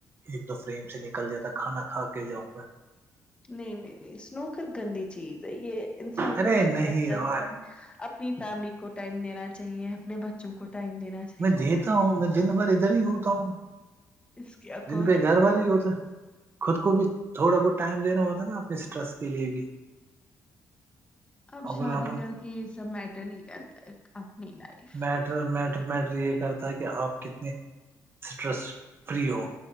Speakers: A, on the right (about 40°); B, on the left (about 15°).
A: ایک دو فریم سے نکل جاتا ہے کھانا کھا کے جاؤں گا
B: نہیں نہیں نہیں اسنوکر گندی چیز ہے یہ انسان
A: ارے
B: کو لت
A: نہیں
B: لگ جاتی
A: بھائی
B: ہے اپنی فیملی کو ٹائم دینا چاہیے اپنے بچوں کو ٹائم دینا چے
A: میں دیتا ہوں میں دن بھر ادھر ہی ہوتا ہوں
B: اس کے اکارڈ
A: دن پہ گھر والے ہی ہوتا خود کو بھی تھوڑا بہت ٹائم دینا ہوتا نا اپنی اسٹرس کے لیے بھی
B: اب
A: اگر
B: شادی
A: آپ
B: کر کے یہ سب میٹر نہیں کرتا اپنی لائف
A: میٹر میٹر میٹر یہ کرتا ہے کہ آپ کتنے اسٹرس فری ہو